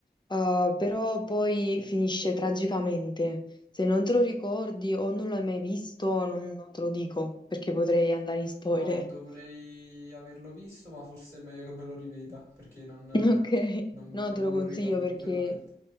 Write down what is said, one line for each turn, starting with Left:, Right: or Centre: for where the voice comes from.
Left: eh, però poi finisce tragicamente. Se non te lo ricordi o non l'hai mai visto, non, non te lo dico perché potrei andare in spoiler.
Right: No, dovrei
Left: <laughs>
Right: averlo visto, ma forse è meglio che me lo riveda perché non, non-
Left: Ok, no,
Right: non
Left: te lo
Right: lo
Left: consiglio
Right: ricordo
Left: perché
Right: completamente.